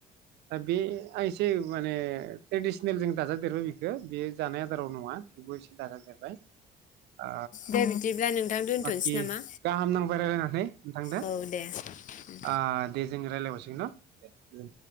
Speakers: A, on the right; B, on the left.
A: दा बे आं एसे माने ट्रेडिसनेल जों दाजादेरबाय बेखौ बे जानाय आदाराव नङा थेवबो एसे दाजादेरबाय। ओ
B: दे बिदिब्ला नोंथां दोनथ'नोसै
A: बाखि
B: नामा?
A: गाहाम नांबाय रायलायनानै नोंथांदो
B: औ दे उम
A: आ दे जों राय। लायबावसै दे दोन